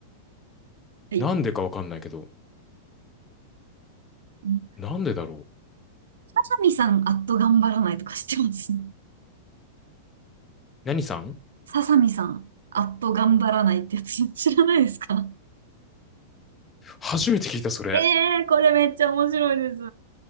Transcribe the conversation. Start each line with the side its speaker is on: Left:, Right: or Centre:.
Right: はい。
Left: なんでかわかんないけど。
Right: うん。
Left: なんでだろう。
Right: ささみさん、あっと頑張らないとか知ってます
Left: 何さん
Right: ささみさん、あっと頑張らないってやつ知らないですか
Left: 初めて聞いた、それ。
Right: ええーこれめっちゃ面白いです。